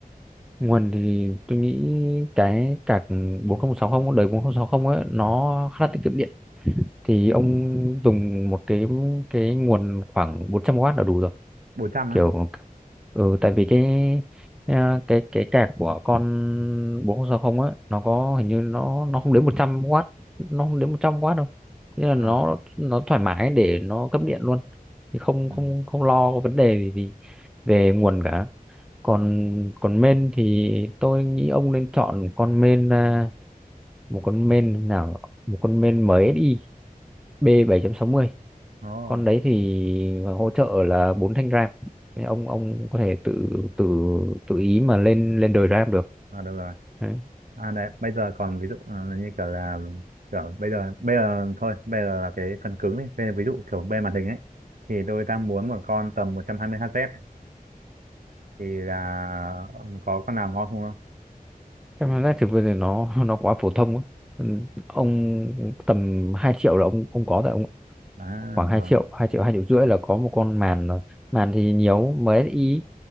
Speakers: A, in the centre; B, on the right.
A: nguồn thì tôi nghĩ cái card bốn không sáu cũng đời 4060 ấy nó khá là tiết kiệm điện thì ông dùng một cái cái nguồn khoảng bốn trăm w là đủ rồi
B: 400
A: kiểu
B: á
A: ừ tại vì cái à, cái cái cạc của con 4060 á nó có hình như nó nó không đến một trăm w nó không đến một trăm w đâu nên là
B: à
A: nó nó thoải mái để nó cấp điện luôn thì không
B: ừ.
A: không không lo có vấn đề gì vì về nguồn cả còn còn main thì tôi nghĩ ông nên chọn con main à, một con main nào một con main MSI b bảy chấm sáu mươi
B: nó
A: con đấy thì hỗ trợ là bốn thanh RAM Thế ông ông có thể tự tự tự ý mà lên lên đời RAM được
B: à được rồi
A: đấy.
B: à đấy bây giờ còn ví dụ ờ, như kiểu là kiểu bây giờ bây giờ thôi bây giờ là cái phần cứng đi Bây giờ ví dụ kiểu bên màn hình ấy thì tôi đang muốn một con tầm 120 Hz thì là ừ, có con nào ngon không không
A: Chắc là giá thực bây giờ nó <laughs> nó quá phổ thông á. Ừ, Ông tầm 2 triệu là ông ông có rồi ông
B: à
A: khoảng hai
B: rồi
A: triệu, hai triệu hai triệu rưỡi là có một con màn rồi. Màn thì nhiều MSI